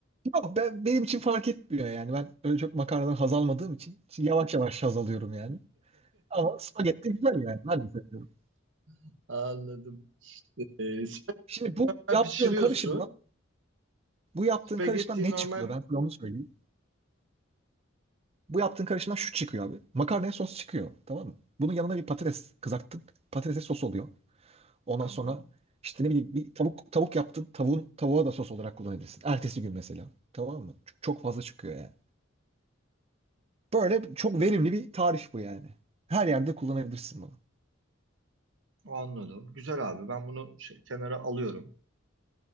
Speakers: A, on the right (about 30°); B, on the right (about 70°).
A: Yok, ben, benim için fark etmiyor yani. Ben öyle çok makarnadan haz almadığım için şimdi yavaş yavaş haz alıyorum yani. Ama spagetti güzel yani. Ben de seviyorum.
B: <laughs> Anladım. E,
A: Şimdi
B: spagetti
A: bu yaptığın
B: pişiriyorsun.
A: karışımdan bu yaptığın
B: Spagetti
A: karışımdan ne
B: normal.
A: çıkıyor? Ben sana onu söyleyeyim. Bu yaptığın karışımdan şu çıkıyor abi. Makarnaya sos çıkıyor. Tamam mı? Bunun yanına bir patates kızarttın. Patatese sos oluyor. Ondan
B: Tamam.
A: sonra işte ne bileyim bir tavuk tavuk yaptın. Tavuğun tavuğa da sos olarak kullanabilirsin. Ertesi gün mesela. Tamam mı? Çok, çok fazla çıkıyor yani. Böyle çok verimli bir tarif bu yani. Her yerde kullanabilirsin bunu.
B: Anladım. Güzel abi. Ben bunu şey- kenara alıyorum.